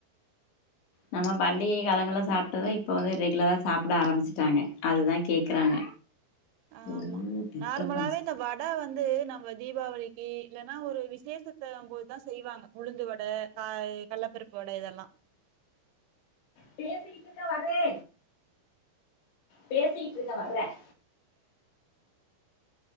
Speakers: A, on the left; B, on the right.
A: நம்ம பண்டிகை காலங்கள சாப்டத இப்ப வந்து ரெகுலரா சாப்பிட ஆரம்பிச்சட்டாங்க அதுதா கேக்குறாங்க
B: ஆமா
A: ஓ டிஸ்டபன்ஸ்
B: நார்மலாவே இந்த வ ட வந்து நம்ம தீபாவளிக்கு இல்லன்னா ஒரு விசேஷத்த போதுதா செய்வாங்க உளுந்து வட க கள்ளப்பருப்பு வட இதெல்லா
A: பேசட்டு இருக்க வரறே பேசட்டு இருந்த வர்றேன்